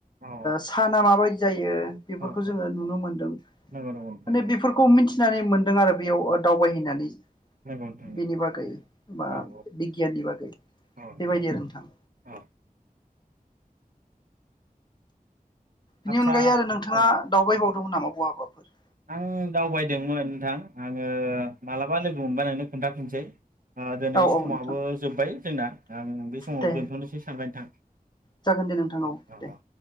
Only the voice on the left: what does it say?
साना माबायदि जायो बेफोरखौ
जोंङो नुनो मोनदों माने
बेफोरखौ फिनानै मोनदों आरो बेयाव दावबायहैनानै
बिनि बागै मा
बिगियाननि बागै
बेबायदि आरो नोंथां
बिनि
अनगायै आरो नोंथाङा
दावबायबाव दं नामा ब हाबाफोर
औ
औ नोंथां
दे
जागोन दे नोंथां
दे।